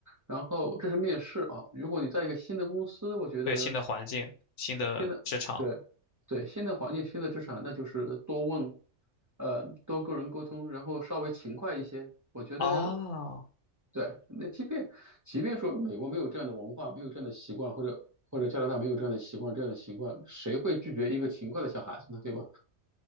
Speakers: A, on the right; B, on the left.
A: 然后这是面试啊，如果你在一个新的公司，我觉得
B: 对，新的环境、新的职场
A: 新的对对新的环境、新的职场，那就是多问，呃，多跟人沟通，然后稍微勤快一些。我觉得
B: 啊，
A: 对，那即便即便说美国没有这样的文化，没有这样的习惯，或者或者加拿大没有这样的习惯，这样的习惯，谁会拒绝一个勤快的小孩子呢？对吧？